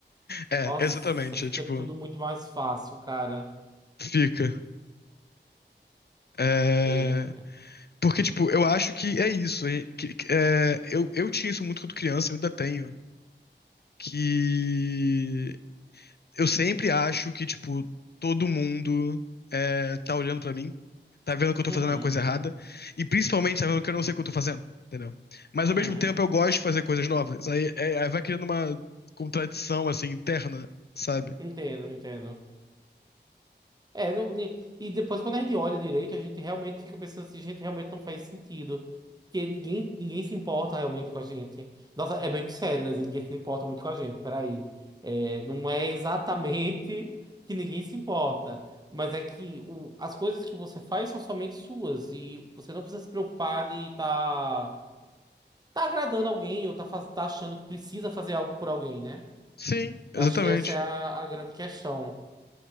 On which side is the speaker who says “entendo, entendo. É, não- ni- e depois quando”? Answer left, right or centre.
Right